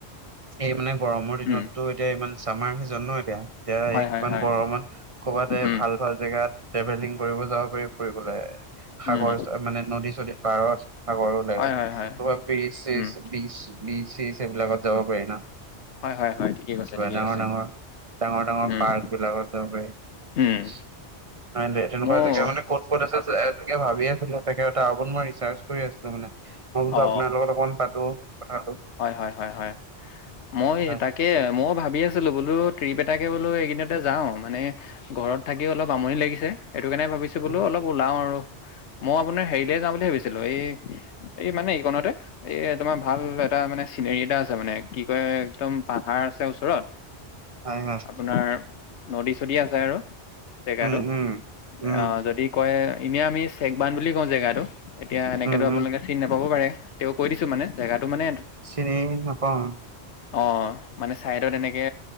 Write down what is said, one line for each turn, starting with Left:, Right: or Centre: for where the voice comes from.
Right: এই মানে গৰমৰ দিনততো
Left: উম
Right: এতিয়া ইমান চামাৰ ভেকেচন ন' এতিয়া
Left: হয়
Right: এইখন
Left: হয় হয়
Right: গৰমত কৰ'বাত এ
Left: উম
Right: ভাল ভাল জেগাত ট্ৰেভেলিং কৰিব যাব পাৰি ফুৰিবলে। সাগৰে
Left: উম
Right: মানে নদী চদী। পাৰত সাগৰো নাই
Left: হয়
Right: মানে
Left: হয়
Right: ক'ৰবাত
Left: হয়
Right: বিছ চিচ
Left: উম
Right: ব্ৰিছ চিচ সেইবিলাকত যাব পাৰে ন'।
Left: হয় হয় হয় ঠিকে কৈছে
Right: হয়
Left: ঠিকে
Right: ডাঙৰ
Left: কৈছে
Right: ডাঙৰ, ডাঙৰ ডাঙৰ
Left: উম
Right: পাৰ্ক বিলাকত যাব পাৰি।
Left: উম।
Right: <unintelligible> তেনেকুৱা
Left: মোৰ
Right: জেগা মানে ক'ত ক'ত আছে ভাবি আছিলো তাকে তাৰ ওপৰত মই ৰিচাৰ্জ কৰি আছিলো মানে। মই‌‌ বোলোঁ
Left: অ
Right: আপোনাৰ লগত অকণ পাতো কথাটো।
Left: হয় হয় হয় হয়। মই
Right: হয়
Left: তাকে ময়ো ভাবি আছিলো বোলো ট্ৰিপ এটাকে বোলো এইকেইদিনতে যাওঁ মানে ঘৰত থাকি অলপ আমনি লাগিছে সেইটো কাৰণে ভাবিছো বোলো
Right: উম
Left: অলপ ওলাওঁ আৰু। মই আপোনাৰ হেৰিলে যাওঁ বুলি ভাবিছিলো এই এই মানে এইকণতে এ তোমাৰ ভাল এটা মানে চিনাৰি এটা আছে মানে কি কয়। একদম পাহাৰ আছে ওচৰত,
Right: হয় হয়
Left: আপোনাৰ নদী চদী আছে আৰু। জেগাটো,
Right: উম উম। উম
Left: অ' যদি কয় এনে আমি চেকবান বুলি কওঁ জেগাটো এতিয়া এনেকেতো
Right: উম
Left: আপোনালোকে
Right: উম
Left: চিনি নাপাব পাৰে। তেওঁ কৈ দিছে মানে জেগাটো মানে
Right: চিনি নাপাওঁ।
Left: অ মানে চাইডত এনেকে